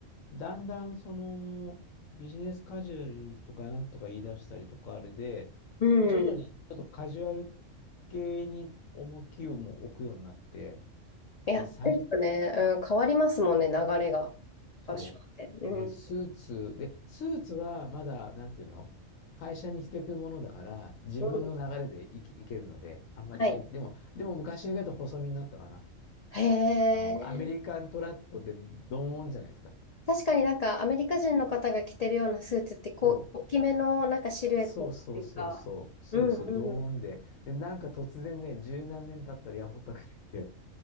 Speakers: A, on the left (about 80°); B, on the left (about 50°).
A: う、だんだんそのビジネスカジュアルとかなんとか言い出したりとかあれで、
B: うん。
A: 徐々にちょっとカジュアル
B: うん。
A: 系に重きをも置くようになって、
B: いや、
A: で、最近、
B: ですよね。うん、変わりますもんね、流れが。
A: そう。
B: ファッションって。
A: で、スーツ、で、スーツはまだ、なんていうの会社に着ていくものだから、自分の流れでいき、
B: うん、
A: いけるので、あんまり気に、
B: はい。
A: でも、でも昔に比べると細身になったかな。
B: へ
A: あの、
B: え。
A: アメリカントラットってドーンじゃないですか。
B: 確かになんかアメリカ人の方が着てるようなスーツってこう、
A: そう。
B: 大きめのなんかシルエットっていうか。
A: そうそうそうそう、そうそう、
B: うんうん。
A: ドーンで、で、なんか突然ね、十何年経ったらやぼったくて、